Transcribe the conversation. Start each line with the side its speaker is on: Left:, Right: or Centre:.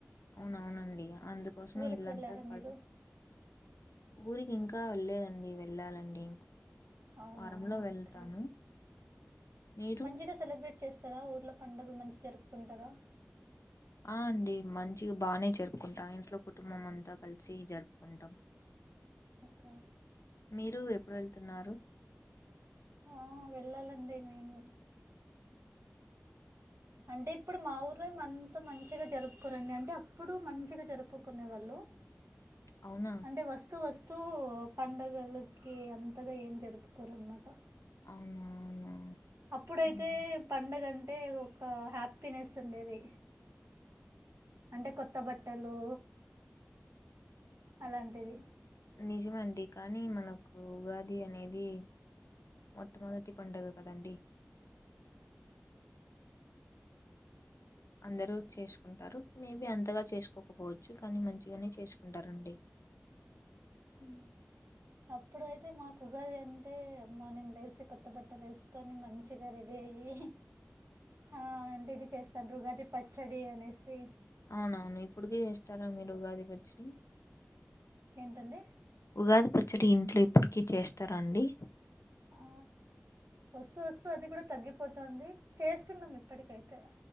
Left: అవునవునండి అందుకోసమే
Right: ఊరికి
Left: ఇల్లంతా
Right: వెళ్ళారా
Left: కా
Right: మీరు
Left: ఊరికి ఇంకా వెళ్లేదండి వెళ్ళాలండి
Right: అవునా
Left: వారంలో వెళ్తాను.
Right: ఓకే
Left: మీరు?
Right: మంచిగా సెలబ్రేట్ చేసి తరా ఊర్లో పండుగలు మంచిగా జరుపుకుంటారా
Left: హా అండి మంచి బాగానే జరుపుకుంటాం ఇంట్లో కుటుంబం అంతా కలిసి జరుపుకుంటాం
Right: అకా
Left: మీరు ఎప్పుడు వెళ్తున్నారు
Right: ఆ వెళ్ళాలండి మేము అంటే ఇప్పుడు మా ఊర్లో ఏమ అంత మంచిగా జరుపుకోరండి అంటే అప్పుడు మంచిగా జరుపుకునే వాళ్ళు
Left: అవునా?
Right: అంటే వస్తు వస్తు తూ పండుగలకి అంతగా ఏం జరుపుకోరున్నమాట
Left: అవునవునా!
Right: అప్పుడైతే
Left: హ్మ్.
Right: పండగ అంటే ఒక హ్యాపీనెస్ ఉండేది అంటే కొత్త బట్టలు అలాంటివి
Left: నిజమండి కానీ మనకు ఉగాది అనేది మొట్టమొదటి పండుగ కదండి అందరూ చేసుకుంటారు మేబి అంతగా చేసుకోకపోవచ్చు కానీ మంచి ఇవన్న చేసుకుంటారండి
Right: ఉ అప్పుడు అయితే మాకు ఉగాది అంటే మార్నింగ్ లేసి కొత్త బట్టలు వేసుకొని మంచిగా డేయి ఆ అంటే ఇది చేస్తాను ఉగాది పచ్చడి అనేసి
Left: అవునవును ఇప్పుడుకి చేస్తార మీరు ఉగాది పచ్చడి
Right: ఏంటండి
Left: ఉగాది పచ్చడి ఇంట్లో ఇప్పటికీ చేస్తారాండి
Right: ఆ వస్తుూ వస్తుూ అది కూడా తగ్గిపోతుంది చేస్తున్నాం ఇప్పటికైతే